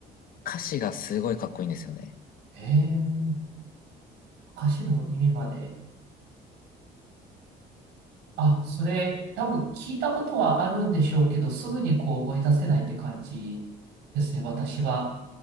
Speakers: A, on the left; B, on the right.
A: 歌詞がすごいかっこいいんですよね。
B: ん。えー、歌詞の意味まで。あ、それ、多分聞いたことはあるんでしょうけど、すぐにこう思い出せないって感じですね、私は。